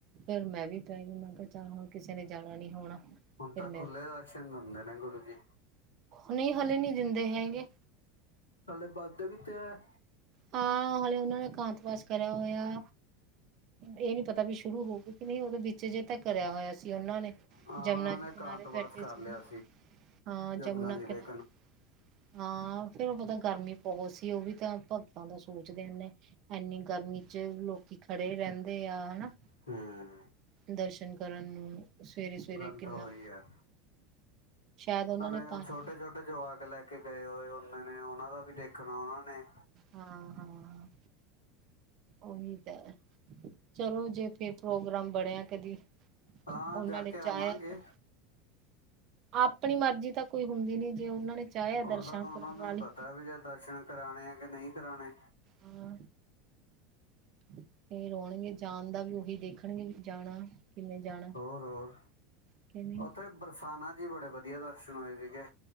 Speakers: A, on the right; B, on the left.
A: ਫੇਰ ਮੈਂ ਵੀ ਪੈ ਗਈ ਮੈਂ ਕਿਹਾ ਚੱਲ ਹੁਣ ਕਿਸੇ ਨੇ ਜਾਣਾ ਨੀ ਹੋਣਾ।
B: ਹੁਣ
A: ਫੇਰ
B: ਤਾਂ
A: ਮੈਂ,
B: ਖੁੱਲੇ ਦਰਸ਼ਨ ਦਿੰਦੇ ਨੇ ਗੁਰੂ ਜੀ
A: ਨਹੀਂ ਹਲੇ ਨਹੀਂ ਦਿੰਦੇ ਹੈਗੇ।
B: ਥੱਲੇ ਵੱਧਦੇ ਕਿਤੇ ਹੈ।
A: ਹਾਂ ਹਲੇੇ ਉਹਨਾਂ ਨੇ ਕਾਂਤਵਾਸ ਕਰਿਆ ਹੋਇਆ। ਇਹ ਨੀ ਪਤਾ ਵੀ ਸ਼ੁਰੂ ਹੋ ਗਈ ਕਿ ਨਹੀਂ ਹੋ ਗਏ ਵਿੱਚ ਜੇ ਤਾਂ ਕਰਿਆ ਹੋਇਆ ਸੀ ਉਹਨਾਂ ਨੇ।
B: ਹਾਂ
A: ਯਮੁਨਾ
B: ਉਹਨਾਂ
A: ਦੇ
B: ਨੇ
A: ਕਿਨਾਰੇ
B: ਕਾਂਤਵਾਸ
A: ਬੈਠੇ
B: ਕਰ
A: ਸੀ,
B: ਲਿਆ
A: ਹਾਂ
B: ਜਮਨਾ
A: ਯਮੁਨਾ
B: ਜੀ
A: ਕਿਨਾਰੇ।
B: ਦੇ
A: ਹਾਂ ਫੇਰ ਮਲਬ ਗਰਮੀ ਬਹੋਤ ਸੀ, ਉਹ ਵੀ ਤਾਂ। ਬਾਬਾ ਸੋਚਦੇ ਹੋ ਨੇ ਇਨੀ ਗਰਮੀ ਚ ਲੋਕੀ ਖੜੇ ਰਹਿੰਦੇ ਆ, ਹਨਾ।
B: ਹੂੰ
A: ਦਰਸ਼ਨ ਕਰਨ ਨੂੰ ਸਵੇਰੇ- ਸਵੇਰੇ
B: ਗੱਲ
A: ਕਿੰਨਾ।
B: ਤਾਂ ਉਹੀ ਹੈ
A: ਸ਼ਾਇਦ ਉਹਨਾਂ
B: ਨਾਲੇ
A: ਨੇ ਤਾਂ ਹੀ
B: ਛੋਟੇ- ਛੋਟੇ ਜਵਾਕ ਲੈ ਕੇ ਗਏ ਹੋਏ ਹੁੰਦੇ ਨੇ ਉਹਨਾਂ ਦਾ ਵੀ ਦੇਖਣਾ ਉਹ ਨੇ।
A: ਹਾਂ- ਹਾਂ, ਹਾਂ। ਉਹੀ ਤਾਂ, ਚਲੋ ਜੇ ਫੇਰ ਪ੍ਰੋਗਰਾਮ ਬਣਿਆ ਕਦੀ।
B: ਹਾਂ
A: ਉਹਨਾਂ
B: ਜਾ
A: ਨੇ
B: ਕੇ ਆਵਾਂਗੇ
A: ਚਾਹਿਆ ਤਾਂ। ਆਪਣੀ ਮਰਜ਼ੀ ਤਾਂ ਕੋਈ ਹੁੰਦੀ ਨੀ ਜੇ ਉਹਨਾਂ ਨੇ। ਚਾਹਿਆ
B: ਉਹ
A: ਦਰਸ਼ਨ
B: ਤਾਂ ਉਹਨਾ
A: ਕਰਾਉਣ
B: ਨੂੰ
A: ਵਾਲੀ
B: ਹੀ ਪਤਾ ਵੀ ਜੇ ਦਰਸ਼ਨ ਕਰਾਣੇ ਏ ਕਿ ਨਹੀਂ ਕਰਾਣੇ।
A: ਹੂੰ। ਤੇ ਰੋਣਗੇ ਜਾਣ ਦਾ ਵੀ ਉਹੀ ਦੇਖਣਗੇ ਵ ਜਾਣਾ ਕਿਵੇਂ ਜਾਣਾ।
B: ਹੋਰ-ਹੋਰ
A: ਕਿ ਨਹੀਂ
B: ਉੱਥੇ ਬਰਸਾਨਾ ਜੀ ਬੜੇ ਵਧੀਆ ਦਰਸ਼ਨ ਹੋਏ ਸੀਗੇ।